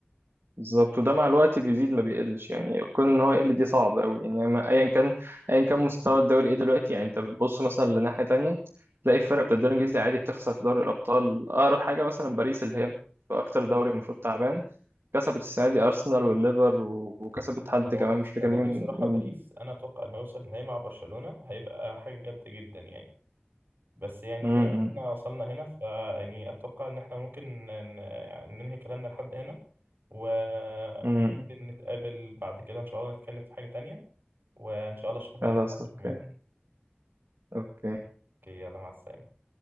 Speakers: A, on the right; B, on the right.
A: بالظبط وده مع الوقت بيزيد ما بيقلش يعني كون ان هو يقل دي صعب قوي يعني ما- ايا كان ايا كان مستوى الدوري ايه دلوقتي يعني انت بتبص مثلا لناحيه تانية تلاقي الفرق بتاع الدوري الانجليزي عادي بتخسر في دوري الابطال اقرب حاجه مثلا باريس اللي هي في اكتر دوري المفروض تعبان كسبت السنه دي ارسنال والليفر و- وكسبت حد
B: هو
A: كمان
B: السنة
A: مش فاكر مين
B: دي بصراحة
A: مين-
B: باريس أنا أتوقع إنه يوصل النهائي مع برشلونة هيبقى حاجة جامدة جدا يعني بس يعني
A: امم
B: بما إن
A: امم
B: إحنا وصلنا هنا فيعني أتوقع إن إحنا ممكن ن- يعني ننهي كلامنا لحد هنا وممكن
A: أمم.
B: نتقابل بعد كده إن شاء الله نتكلم في حاجة تانية وإن شاء الله أشوفك
A: خلاص
B: على خير يا عبد
A: اوكي
B: الرحمن
A: اوكي
B: أوكي يلا مع السلامة